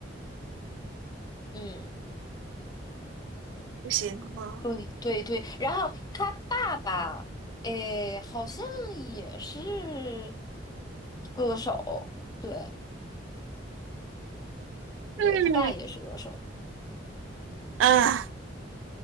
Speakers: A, on the left; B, on the right.
A: 嗯。
B: 不行，哦
A: 对对对，然后他爸爸，诶，好像也是歌手，对
B: 嗯，
A: 对，他爸也是歌手，
B: 哦呃